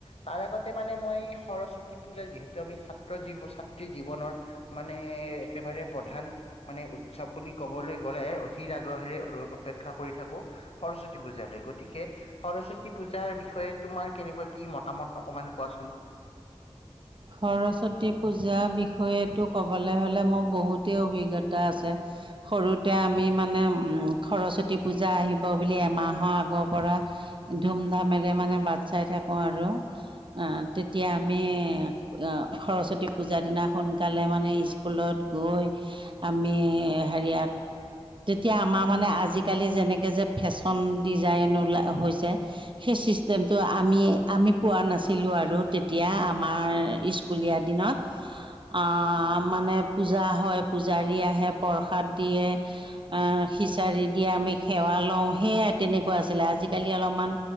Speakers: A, on the left; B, on the right.
A: তাৰ আগতে মানে মই সৰস্বতী পূজা, যিহেতু আমি ছাত্ৰ জীৱ, ছাত্ৰী জীৱনৰ - মানে একেবাৰে প্ৰধান মানে উৎসৱ বুলি ক'বলৈ - গলে অধিক আগ্ৰহেৰে অপেক্ষা কৰি থাকো সৰস্বতী পূজালৈ, গতিকে - সৰস্বতী পূজাৰ বিষয়ে তোমাৰ কেনেকুৱা কি মতামত অকমান কোৱাচোন?
B: সৰস্বতী পূজাৰ বিষয়েটো ক'বলে হ'লে মোৰ বহুতেই অভিজ্ঞতা আছে। সৰুতে আমি মানে সৰস্বতী পূজা আহিব বুলি এমাহৰ আগৰ পৰা - ধুমধামেৰে মানে বাট চাই থাকোঁ আৰু তেতিয়া আমি - অ', সৰস্বতী পূজাৰ দিনা সোনকালে, মানে, স্কুলত গৈ আমি হেৰিয়াত তেতিয়া আমাৰ, মানে, আজিকালি যেনেকে যে ফেশ্বন ডিজাইন ওলা হৈছে সেই চিষ্টেমটো আমি আমি পোৱা নাছিলোঁ আৰু তেতিয়া আমাৰ স্কুলীয়া দিনত, অ', মানে পূজা হয়, পূজাৰী আহে, প্ৰসাদ দিয়ে। অ', খিচাৰি দিয়ে, আমি সেৱা লওঁ, সেয়াই তেনেকুৱা আছিলে, আজিকালি অলপমান